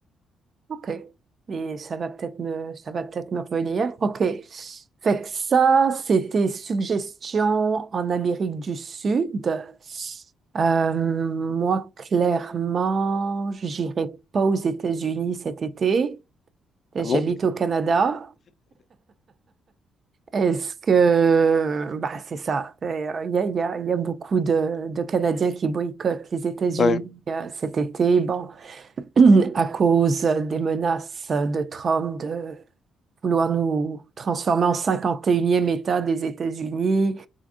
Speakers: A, on the right (about 45°); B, on the left (about 50°).
A: Ok. Et ça va peut-être me, ça va peut-être me revenir. Ok. Fait que ça, c'était suggestions en Amérique du Sud. Euh, moi, clairement, j'irai pas aux États-Unis cet été. J'habite
B: Ah bon?
A: au Canada. Est-ce que, bah, c'est ça. Euh, Il y a, il y a, il y a beaucoup de, de Canadiens qui boycottent les États-Unis
B: Ouais.
A: euh, cet été. Bon, <clears throat> à cause des menaces de Trump de vouloir nous transformer en 51e État des États-Unis,